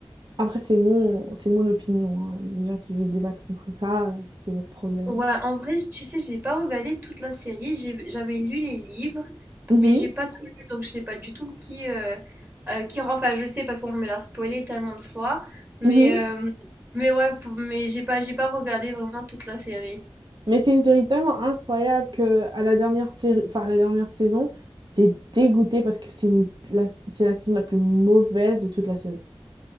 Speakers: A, on the right; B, on the right.
A: Après, c'est mon, c'est mon opinion. hein. Les gens qui veulent se débattre contre ça, euh, c'est votre problème.
B: Ouais, en vrai, tu sais, j'ai pas regardé toute la série. j'ai- J'avais lu les livres,
A: Mhm,
B: mais j'ai pas tout lu, donc je sais pas du tout qui, euh, euh, qui rend. Enfin, je sais parce qu'on me l'a spoilé tellement de fois, mais
A: mhm.
B: euh, mais ouais, pour- mais j'ai pas j'ai pas regardé vraiment toute la série.
A: Mais c'est une série tellement incroyable que à la dernière série, enfin, à la dernière saison, t'es dégoûté parce que c'est une- la, c'est la saison la plus mauvaise de toute la série.